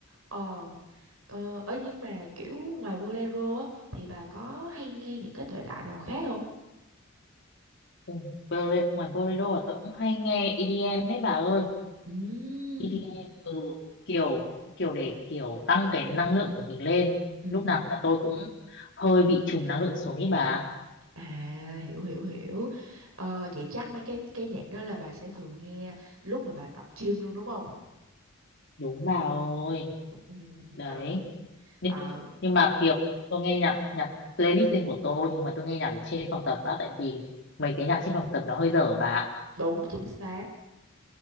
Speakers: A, on the right; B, on the left.
A: ờ ờ ấy nhưng mà kiểu ngoài bolero á thì bà có hay nghe những cái thể loại nào khác không
B: ừ, bolero, ngoài bolero là tôi cũng hay nghe EDM đấy bà ơi
A: Ừm,
B: EDM ừ kiểu kiểu để kiểu tăng cái năng lượng của mình lên
A: ừm.
B: lúc nào mà tôi cũng hơi bị trùng năng lượng xuống ý bà
A: À hiểu hiểu hiểu. Ờ, vậy chắc mấy cái cái nhạc đó là bà sẽ thường nghe lúc mà bà tập gym luôn đúng không?
B: đúng bà ơi
A: <laughs>
B: đấy
A: Ừ,
B: nhưng
A: ờ,
B: nhưng mà kiểu tôi nghe nhạc nhạc playlist riêng của tôi nhưng mà tôi nghe nhạc ở trên phòng tập á tại vì mấy cái nhạc trên phòng tập nó hơi dở bà ạ
A: đúng chính xác.